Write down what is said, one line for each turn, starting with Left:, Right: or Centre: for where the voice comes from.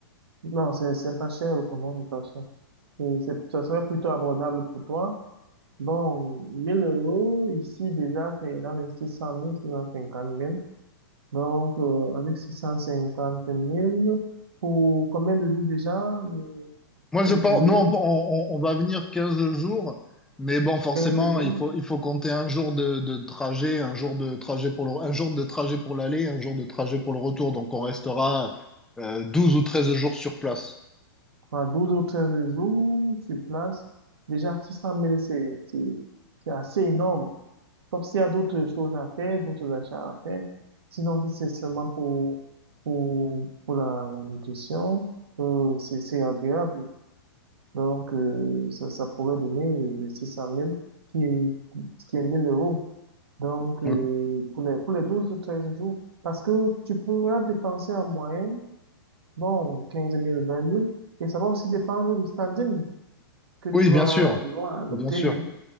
Right: Non, c'est, c'est pas cher, comment nous pas cher. C'est, c'est- ça serait plutôt abordable pour toi. Bon, 1000 euros, ici déjà, c'est dans les 600 000, 650 000. Donc, euh, avec 650 000, pour combien de jours déjà? Euh,
Centre: Moi, je
Right: J'ai oublié.
Centre: pense, nous, on, on- on va venir 15 jours, mais bon, forcément,
Right: quinze jours,
Centre: il faut, il faut compter un jour de, de trajet, un jour de trajet pour le, un jour de trajet pour l'aller, un jour de trajet pour le retour. Donc, on restera euh, 12 ou treize jours sur place.
Right: enfin, douze ou treize jours sur place. Déjà, 600 000, c'est, c'est, c'est assez énorme. Sauf s'il y a d'autres choses à faire, d'autres achats à faire. Sinon, si c'est seulement pour, pour, pour la, la nutrition, euh, c'est, c'est agréable. Donc, euh, ça, ça pourrait donner euh, les 600 000, qui est, qui est 1000 euros. Donc, euh,
Centre: Donc,
Right: pour les, pour les 12 ou 13 jours, parce que tu pourras dépenser en moyenne, bon, quinze mille vingt mille et ça va aussi dépendre du standing que tu
Centre: oui,
Right: vas
Centre: bien sûr.
Right: vouloir adopter,
Centre: Bien sûr.
Right: oui.